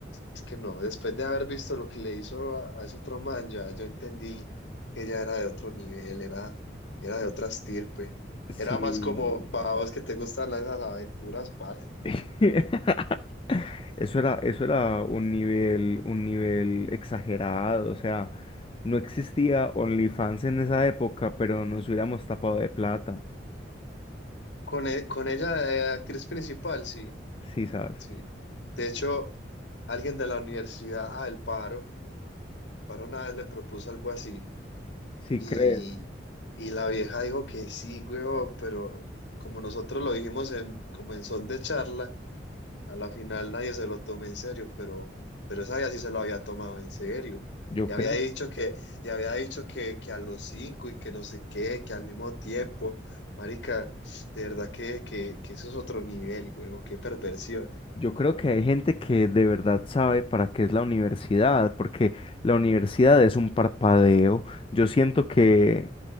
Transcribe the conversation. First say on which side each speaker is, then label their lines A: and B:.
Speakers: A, on the left (about 75°); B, on the left (about 30°).
A: es que no. Después de haber visto lo que le hizo a, a ese otro man, ya yo entendí que ella era de otro nivel, era, era de otra estirpe.
B: Sí.
A: Era más como para vos que te gustan las esas aventuras, parce.
B: <laughs> Eso era, eso era un nivel, un nivel exagerado, o sea, no existía OnlyFans en esa época, pero nos hubiéramos tapado de plata,
A: Con, e- con ella, de actriz principal, sí,
B: sí, ¿sabes?
A: sí. De hecho, alguien de la universidad, ah, el paro, paro una vez le propuso algo así
B: Sí
A: y,
B: creo.
A: y la vieja dijo que sí, huevo, pero como nosotros lo dijimos en, como en son de charla, a la final nadie se lo tomó en serio, pero, pero esa vieja sí se lo había tomado en serio.
B: Yo
A: Y había
B: creo.
A: dicho que, y había dicho que, que a los cinco y que no sé qué, que al mismo tiempo, marica, de verdad que, que, que eso es otro nivel, huevo, qué perversión.
B: Yo creo que hay gente que de verdad sabe para qué es la universidad, porque la universidad es un parpadeo. Yo siento que,